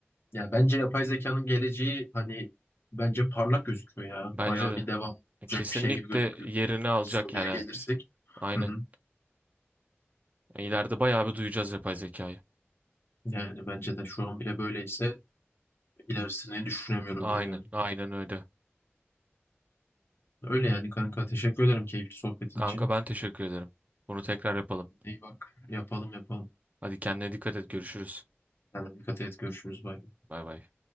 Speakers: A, on the left (about 55°); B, on the right (about 35°).
A: ya bence yapay zekanın geleceği hani bence parlak gözüküyor ya.
B: Bence
A: Bayağı
B: de.
A: bir devam olacak
B: Kesinlikle
A: bir şey gibi gözüküyor.
B: yerini alacak
A: Yani soruya
B: yani.
A: gelirsek.
B: Aynen.
A: Hı hı.
B: E, İleride bayağı bir duyacağız yapay zekayı.
A: Yani bence de şu an bile böyleyse ilerisini düşünemiyorum
B: Aynen,
A: bile yani.
B: aynen öyle.
A: Öyle yani kanka teşekkür ederim keyifli sohbetin
B: Kanka
A: için.
B: ben teşekkür ederim. Bunu tekrar yapalım.
A: İyi bak yapalım yapalım.
B: Hadi kendine dikkat et, görüşürüz.
A: Yani dikkat et görüşürüz bay. bay.
B: Bay bay.